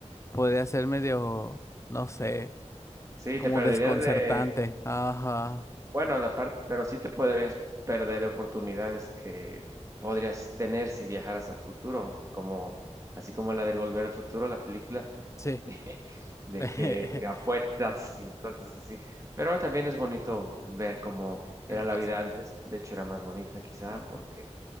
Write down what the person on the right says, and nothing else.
Sí,
te perderías
de,
bueno, la parte, pero sí te podrías perder oportunidades que podrías tener si viajaras al futuro, como así como la del Volver al Futuro, la película
<laughs> de, de
que apuestas y cosas así. Pero también es bonito ver cómo era
la
vida antes, de hecho era más bonita quizá
porque